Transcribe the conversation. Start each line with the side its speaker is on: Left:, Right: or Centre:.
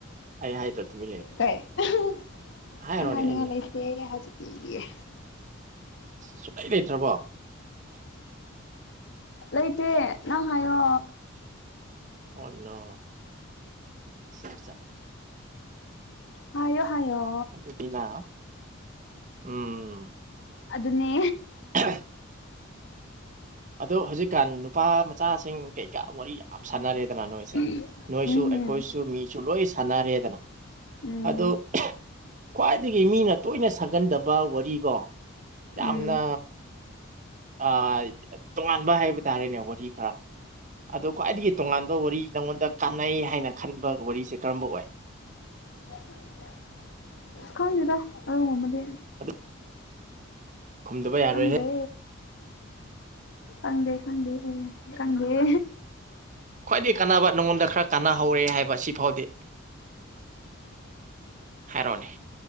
Right: ꯑꯩ ꯍꯥꯏꯗ꯭ꯔꯣ ꯇꯨꯃꯤꯟ ꯂꯩ
Left: ꯀꯩ ꯑꯩ
Right: ꯍꯥꯏꯔꯣꯅꯦ
Left: ꯍꯥꯅꯤꯡꯉꯥꯏ
Right: ꯑꯦꯅꯤ
Left: ꯂꯩꯇꯦ ꯍꯖꯤꯛꯀꯤꯗꯤ
Right: ꯁꯨꯛꯂꯩ ꯂꯩꯇ꯭ꯔꯕꯣ
Left: ꯂꯩꯇꯦ ꯅꯪ ꯍꯥꯏꯌꯣ
Right: ꯑꯣ ꯅꯣ ꯆꯥꯆꯥ
Left: ꯍꯥꯏꯌꯣ ꯍꯥꯏꯌꯣ
Right: ꯑꯗꯨꯗꯤꯅ ꯎꯝ
Left: ꯑꯗꯨꯅꯦ
Right: <unintelligible> ꯑꯗꯣ ꯍꯧꯖꯤꯛꯀꯥꯟ ꯅꯨꯄꯥ ꯃꯆꯥꯁꯤꯡ ꯀꯩꯀꯥ ꯋꯥꯔꯤ ꯌꯥ <unintelligible> ꯁꯥꯟꯅꯔꯦꯗꯅ ꯅꯣꯏꯁꯦ
Left: ꯎꯝ
Right: ꯅꯣꯏꯁꯨ ꯑꯩꯈꯣꯏꯁꯨ ꯃꯤꯁꯨ ꯂꯣꯏ ꯁꯥꯟꯅꯔꯦꯗꯅ
Left: ꯎꯝ
Right: ꯑꯗꯣ ꯈ꯭ꯋꯥꯏꯗꯒꯤ ꯃꯤꯅ ꯇꯣꯏꯅ ꯁꯥꯒꯟꯗꯕ ꯋꯥꯔꯤꯒꯣ ꯌꯥꯝꯅ
Left: ꯎꯝ
Right: ꯑꯥ ꯉꯥꯟꯕ ꯍꯥꯏꯕ ꯇꯥꯔꯦꯅꯦ ꯋꯥꯔꯤꯈ꯭ꯔ ꯑꯗꯣ ꯈ꯭ꯋꯥꯏꯗꯒꯤ ꯇꯣꯉꯥꯟꯕ ꯋꯥꯔꯤ ꯅꯪꯉꯣꯟꯗ ꯀꯥꯟꯅꯩ ꯍꯥꯏꯅ ꯈꯟꯕ ꯋꯥꯔꯤꯁꯦ ꯀꯔꯝꯕ ꯑꯣꯏ
Left: <unintelligible> <unintelligible> ꯈꯪꯗꯦꯗ ꯑꯔꯨꯒꯨꯝꯕꯗꯤ
Right: ꯑꯗꯨ ꯈꯨꯝꯗꯕ ꯌꯥꯔꯣꯏꯍꯦ
Left: ꯈꯪꯗꯦ ꯈꯪꯗꯦ ꯈꯪꯗꯦ ꯍꯥꯢꯌꯦ ꯈꯪꯗꯦ <unintelligible>
Right: ꯈ꯭ꯋꯥꯏꯗꯒꯤ ꯀꯟꯅꯕ ꯅꯉꯣꯟꯗ ꯈꯔ ꯀꯥꯟꯅꯍꯧꯔꯦ ꯍꯥꯏꯕ ꯁꯤ ꯐꯥꯎꯗꯤ ꯍꯥꯏꯔꯣꯅꯦ